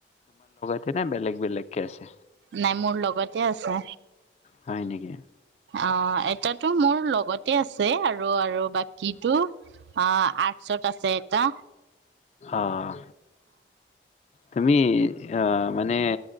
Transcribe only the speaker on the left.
তেনে বেলেগ বেলেগকে আছে
হয় নেকি?
অঁ তুমি মানে